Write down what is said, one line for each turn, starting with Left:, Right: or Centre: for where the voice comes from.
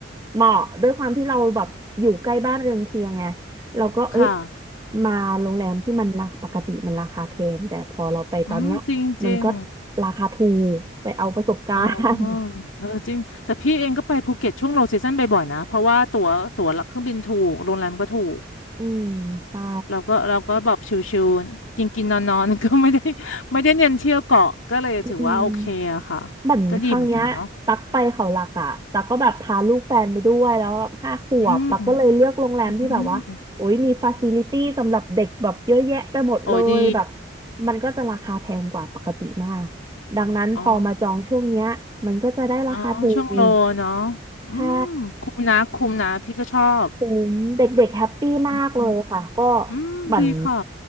Right: เหมาะด้วยความที่เราแบบอยู่ใกล้บ้านเรือนเคียงไงเราก็เอ้ย
Left: ค่ะ
Right: มาโรงแรมที่มันราปกติมันราคาแพงแต่พอเราไปตอนเนี้ยมันก็
Left: อืมจริงจริง
Right: ราคาถูกไปเอาประสบการณ์
Left: อ๋อเออจริง แต่พี่เองก็ไปภูเก็ตช่วงโลซีซั่นบ่อยๆนะ เพราะว่าตั๋วตั๋วหลักเครื่องบินถูก โรงแรมก็ถูก
Right: <laughs> อืมใช่
Left: เราก็เราก็แบบชิวๆกินกินนอนนอนๆ <laughs> ก็ไม่ได้ <laughs> ไม่ได้เน้นเที่ยวเกาะก็เลยถือว่าโอเคอะค่ะ
Right: อืม เหมือนครั้งเนี้ยตักไปเขาหลักอะตักก็แบบพาลูกแฟนไปด้วยแล้วห้าขวบตักก็เลยเลือกโรงแรมที่แบบว่าโอ้ยมีฟาซิลิตี้สำหรับเด็กแบบเยอะแยะไปหมดเลยแบบ
Left: ก็ดีเหมือนกันเนาะอืมอืมโอ้ยดี
Right: มันก็จะราคาแพงกว่าปกติมากดังนั้นพอมาจองช่วงเนี้ยมันก็จะได้ราคาถูก
Left: อ๋ออ๋อช่วงโลเนาะอืมคุ้มนะคุ้มนะพี่ก็ชอบ
Right: ใช่คุ้มเด็กๆแฮปปี้มากเลยค่ะก็
Left: อืมอืมดีค่ะ
Right: เหมือน